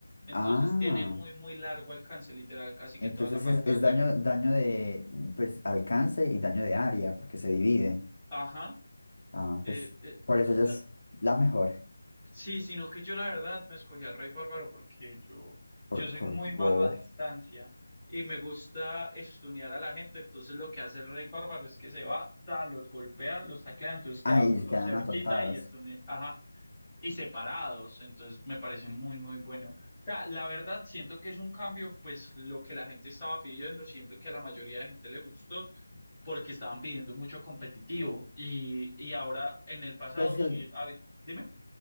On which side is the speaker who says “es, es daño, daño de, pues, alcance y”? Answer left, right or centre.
Left